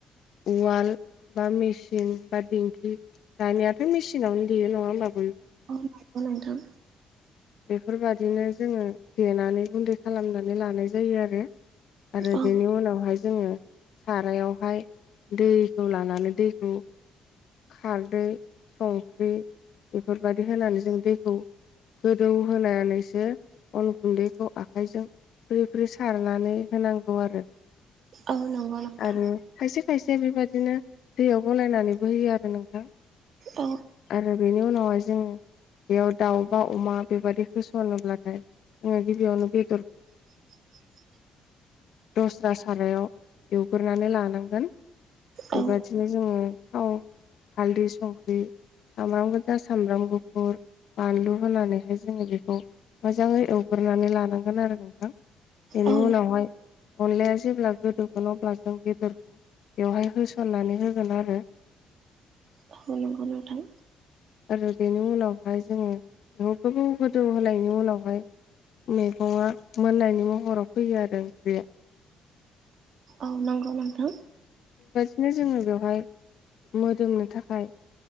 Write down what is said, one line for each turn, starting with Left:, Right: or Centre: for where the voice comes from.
Left: उवाल बा मेसिन बा दिंखि दानियाथ मेसिन आवनो देयो नङा होनबा?
Right: औ नंगौ नोंथां
Left: बेफोरबादिनो जोङो देनानै गुन्दै खालामनानै लानाय जायो आरो। आरो
Right: औ
Left: बेनि उनावहाय जोङो सारायावहाय दैखौ लानानै दैखौ खारदै संख्रि बेफोरबायदि होनानै जों दैखौ गोदौ होनानैसो अन गुन्दैखौ आखाइजों फ्रि फ्रि सारनानै होनांगौ आरो।
Right: औ नंगौ नोंथां
Left: आरो खायसे खायसे बेबायदिनो दैयाव गलायनानैबो होयो आरो नोंथां
Right: औ
Left: आरो बेनि उनावहाय जोङो बेयाव दाउ बा अमा बेबायदि होसनोब्लाथाय ओ गिबियावनो बेफो
Right: <inaudible>
Left: दस्रा सारायाव एवग्रोनानै लानांगोन
Right: औ
Left: बेबादिनो जोङो थाव हालदै संख्रि सामब्राम गोजा सामब्राम गुफुर बानलु होनानैहाय जोङो बेखौ मोजाङै एवग्रोनानै लानांगोन आरो नोंथां। बेनि
Right: औ
Left: उनावहाय अनलाया जेब्ला गोदौगोन अब्ला जों बेदेर बेवहाय होसननानै होगोन आरो
Right: औ नंगौ नोंथां
Left: आरो बेनि उनावहाय जोङो बेखौ गोबाव गोदौ होनायनि उनावहाय मैगङा मोननायनि महराव फैयो आरो ओंख्रिया।
Right: औ नंगौ नोंथां
Left: बिदिनो जोङो बेवहाय मोदोमनो थाखाय